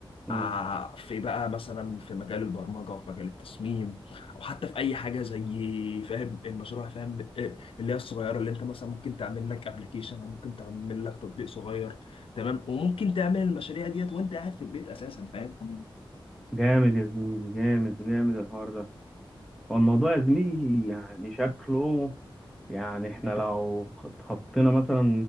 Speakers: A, in the centre; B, on the left.
A: مم.
B: ع- في بقى مثلا في مجال البرمجه في مجال التصميم او حتى في اي حاجه زي فاهم المشروع فاهم آه، اللي هي الصغيره اللي انت مثلا ممكن تعمل لك ابلكيشن او ممكن تعمل لك تطبيق صغير تمام وممكن تعمل المشاريع ديت وانت قاعد في البيت اساسا فاهم
A: جامد يا زميلي جامد جامد الحوار ده هو الموضوع يا زميلي يعني شكله يعني احنا لو اتخطينا مثلا